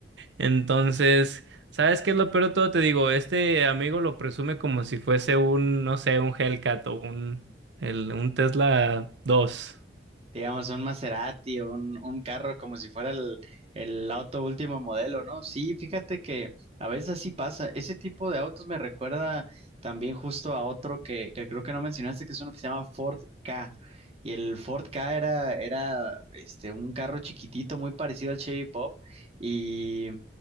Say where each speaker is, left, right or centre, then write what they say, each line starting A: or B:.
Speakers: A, on the right; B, on the right.
A: Entonces, ¿sabes qué es lo peor de todo? Te digo, este amigo lo presume como si fuese un, no sé, un Hellcat o un, el- un Tesla dos
B: digamos, un Maserati o un, un carro como si fuera el, el auto último modelo, ¿no? Sí, fíjate que a veces así pasa. Ese tipo de autos me recuerda también justo a otro que, que creo que no mencionaste, que es uno que se llama Ford K. Y el Ford K era, era este, un carro chiquitito, muy parecido al Chevy Pop. Y